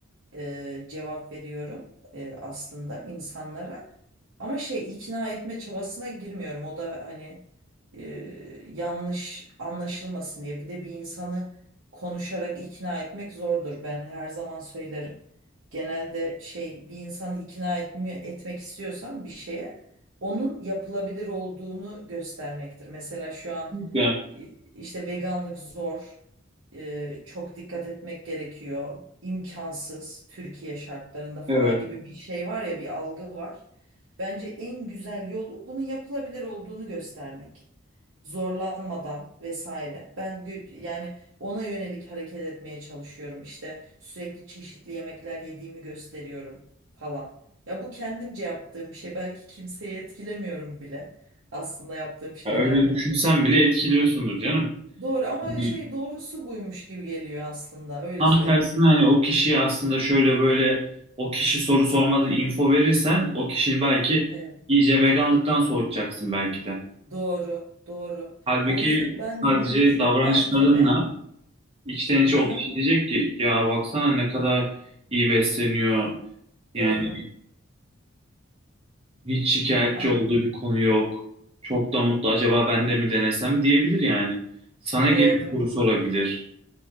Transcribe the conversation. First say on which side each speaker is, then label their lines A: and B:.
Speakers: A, on the right; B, on the right.
A: e, cevap veriyorum e, aslında insanlara. Ama şey ikna etme çabasına girmiyorum. O da hani e, yanlış anlaşılmasın diye. Bir de bir insanı konuşarak ikna etmek zordur. Ben her zaman söylerim. Genelde şey bir insanı ikna etme, etmek istiyorsan bir şeye onun yapılabilir olduğunu göstermektir. Mesela şu an
B: de
A: işte veganlık zor. Ee, çok dikkat etmek gerekiyor. imkansız Türkiye şartlarında falan
B: evet.
A: gibi bir şey var ya bir algı var. Bence en güzel yolu bunun yapılabilir olduğunu göstermek. Zorlanmadan vesaire. Ben gö- yani ona yönelik hareket etmeye çalışıyorum. İşte sürekli çeşitli yemekler yediğimi gösteriyorum falan. Ya bu kendimce yaptığım bir şey. Belki kimseyi etkilemiyorum bile aslında yaptığım şeylerle.
B: Ya öyle düşünsen bile etkiliyorsundur canım.
A: Doğru ama
B: Hani
A: şey doğrusu buymuş gibi geliyor aslında öyle
B: Tam
A: söyleyeyim.
B: tersine hani o kişiye aslında şöyle böyle o kişi soru sormadan info verirsen o kişinin belki
A: Evet.
B: iyice veganlıktan soğutacaksın belki de.
A: Doğru, doğru.
B: Halbuki
A: O yüzden ben mümkün
B: sadece davranışlarınla
A: mertebe,
B: içten içe
A: aha,
B: o kişi diyecek ki ya baksana ne kadar iyi besleniyor. Yani
A: doğru,
B: hiç şikayetçi
A: ah,
B: olduğu bir konu yok. Çok da mutlu acaba ben de mi denesem diyebilir yani. Sana
A: doğru.
B: gelip soru sorabilir.